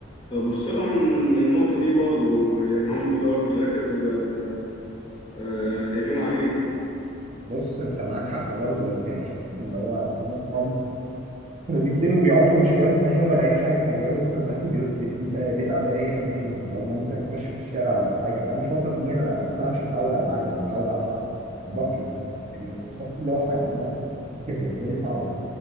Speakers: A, on the left; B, on the right.
A: فبص لها من النقطة دي برضو يعني هم في الأول في الآخر آه، آه، خايفين عليك
B: بص انت معاك حق برضه بس يعني حته اللي هو أصل انا اصحابي كانوا بينزلوا وبيقعدوا مش بيقعدوا في القهوة ولا أي حاجة كانوا بيقعدوا مثلا تحت بيوت البيوت آه، بيت أب أي حد فيهم لو هما مثلا يتمشوا في الشارع ولا حاجة فأنا الفترة دي أنا أصلا مش متعود على القعدة أنا متعود على الحركة بفرق يعني الشكل اللي هو حد حد- كانت بالنسبة لي صعبة